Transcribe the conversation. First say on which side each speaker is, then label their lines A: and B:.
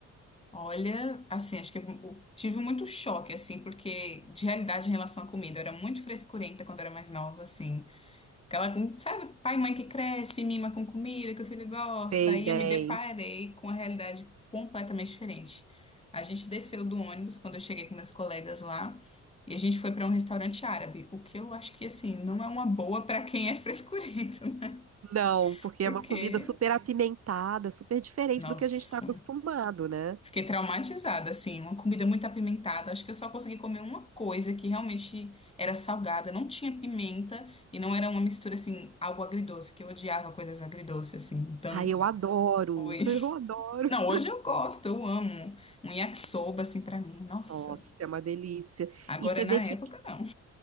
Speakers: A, on the left; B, on the right.
A: Olha, assim, acho que eu tive muito choque, assim, porque de realidade em relação à comida, eu era muito frescurenta quando era mais nova, assim. Aquela, sabe, pai e mãe que cresce, mima com comida, que o filho gosta,
B: Sei
A: aí
B: bem.
A: eu me deparei com a realidade completamente diferente. A gente desceu do ônibus quando eu cheguei com meus colegas lá, e a gente foi para um restaurante árabe, o que eu acho que, assim, não é uma boa para quem é <laughs> frescurento, né?
B: Não, porque
A: Porque,
B: é uma comida super apimentada, super diferente
A: nossa.
B: do que a gente está acostumado, né?
A: Fiquei traumatizada, assim, uma comida muito apimentada. Acho que eu só consegui comer uma coisa que realmente era salgada, não tinha pimenta e não era uma mistura, assim, algo agridoce, que eu odiava coisas agridoces, assim. Então,
B: Ai, eu adoro,
A: foi.
B: <laughs>
A: <laughs>
B: eu adoro.
A: Não, hoje eu gosto, eu amo. Um yakisoba, assim, pra mim, nossa.
B: Nossa, é uma delícia.
A: Agora,
B: E você
A: na
B: vê que
A: época, não.